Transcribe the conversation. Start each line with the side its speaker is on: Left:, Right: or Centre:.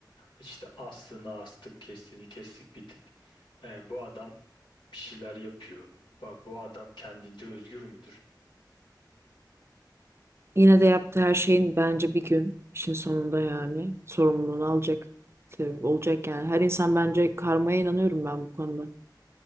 Left: işte aslını astık, kestiğini kestik bir tip. E, bu adam bir şeyler yapıyor. Ba- Bu adam kendince özgür müdür?
Right: Yine de yaptığı her şeyin bence bir gün işin sonunda yani sorumluluğunu alacak. Tabii olacak yani. Her insan bence karmaya inanıyorum ben bu konuda.